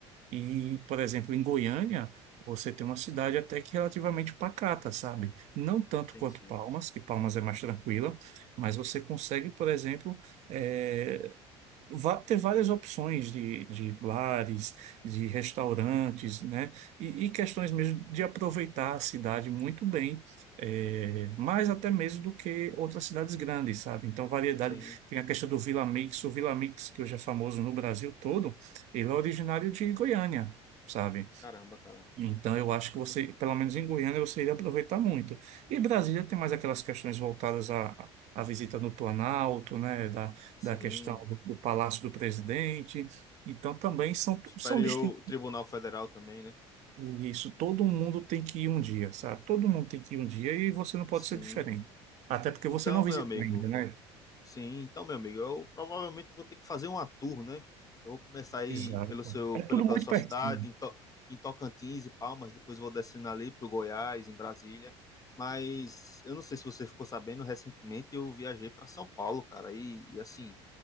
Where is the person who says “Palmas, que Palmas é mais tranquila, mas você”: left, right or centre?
Right